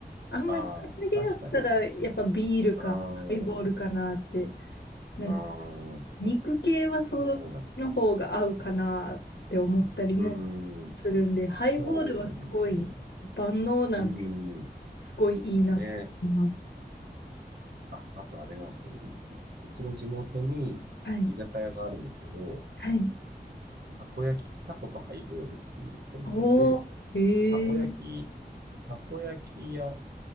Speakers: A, on the left; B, on the right.
A: あんまり唐揚げやったら、
B: ああ、確かに。
A: やっぱビールかハイボールかなって、
B: ああ、う
A: なんか
B: ーん。
A: 肉系はそっちの方が合うかなって思ったりもするんで、
B: そうなんです。うーん。
A: ハイボールはすごい万能なんで、
B: そうですね。うーん。
A: すごいいいなと思います。
B: ね。あ、あとあれなんですよ。ううちの地元に居酒屋があるんですけど、
A: はい、はい。
B: たこ焼き、たことハイボールっていうお店で、
A: おお、へえ、
B: たこ焼き、たこ焼き屋